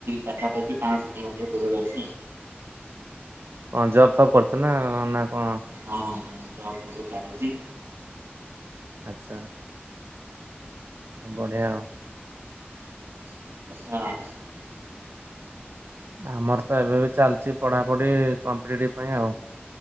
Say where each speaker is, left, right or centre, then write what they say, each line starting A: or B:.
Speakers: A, on the right; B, on the right.
A: ପାଖା ପାଖି ପାଆଁଶ କିଲୋମିଟର ଦୂରରେ ଅଛି।
B: ହଁ ଜବ ଫବ୍ କରୁଛ ନା ନା। କଣ?
A: ହଁ ହଁ ଜବ ଫବ ଚାଲିଛି।
B: ଆଚ୍ଛା। ବଢିଆ ଆଉ।
A: ଆଚ୍ଛା।
B: ଆମର ତ ଏବେ ବି ଚାଲିଛି ପଢାପଢି କମ୍ପିଟେଟିଭ ପାଇଁ ଆଉ।